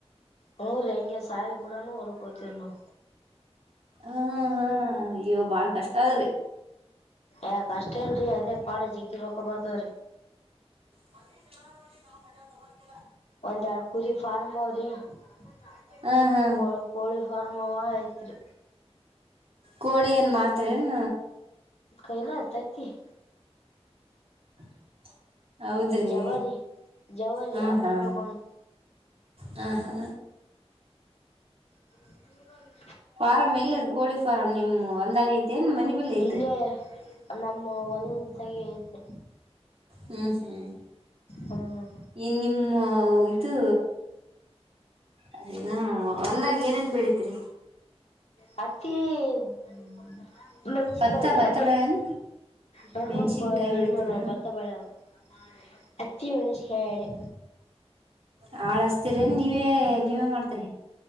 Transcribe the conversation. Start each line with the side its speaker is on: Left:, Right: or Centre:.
Left: ಹೂ ರಿ ಅಂಗ ಸಾಲಿ ಬಿಡನ ಹೊಲಕ್ ಒತಿವ್ರಿ ನಾವ್.
Right: ಹ ಹ ಇವ ಬಾಳ್ ಕಷ್ಟ ಆದ್ರಿ.
Left: ಏ ಕಷ್ಟ ಇಲ್ರರಿ ಅದೇ ಪಾಡ ಜಗ್ಗಿರೋಕ್ಕ ಬರ್ತಾವ್ರಿ.
Right: ಮಂದಿ ಜಗ್ಲ ನೋಡಿ ನಾವ್ ತಗಂತಿಲ್ಲ
Left: ಒಂದ್ ಎರಡ್ ಕುರಿ ಫಾರ್ಮ್ ಆವ್ರಿ <unintelligible>
Right: ಹಾ ಹಾ
Left: ಕೋ ಕೋಳಿ ಫಾರ್ಮ್ ನ ಐತ್ರಿ.
Right: ಕೋಳಿ ಏನ್ ಮಾರ್ತ್ರಿ ಏನ್
Left: ಕಲತತಿ <inaudible>
Right: <inaudible> ಹೌದ್ರಿ,
Left: ಜವಾರಿ ಜವಾರಿ
Right: ಹ್ಮ್,
Left: ಹತ್ತು
Right: ಹ್ಮ್
Left: ರೂಪಾಯಿ ಒಂದು
Right: ಹ <unintelligible> ಹಾ
Left: ಎ <inaudible>
Right: ಫಾರಂ ಎಲ್ಲಾದು ಕೋಳಿ ಫಾರಂ ನಿಮ್ಮ್ ಒಲದಾಗ ಐತೆ ಏನ್ ಮನೆ ಬಲ್ಲಿ ಐತೆ.
Left: ಇಲ್ಲೇ ನಮ್ಮ ಒಲ್ದ ಗ ಐತೆ.
Right: ಹ್ಮ್, ಹ್ಮ್
Left: ಹ್ಮ್
Right: ಏನ್ ನಿಮ್ಮ ಇದು,, ಅದೇನು ಹೊಲ್ದಾಗ ಏನೇನ್ ಬೆಳತ್ರಿ,
Left: ಹತ್ತಮೆಣಸಿಕಾಯಿ
Right: ಭತ್ತ ಭತ್ತ
Left: ಎರ್ಡೆ,
Right: ಬೆಳೆಯಲ್ಲ
Left: ಹ
Right: ಮೆಣಸಿನ್ಕಾಯಿ
Left: ಹಬ್ಬ
Right: ಬೆಳಿತೀರಿ
Left: ಇಲ್ಲ ನಾ ಬತ್ತ ಬಾಳೆ <unintelligible> ಹತ್ತಿ ಮೆಣಸಿನಕಾಯಿಎರಡೆ.
Right: ಹಾಳಸ್ತೀರೇನ್ ನೀವೇ- ನೀವೇ ಮಾಡ್ತರಿ,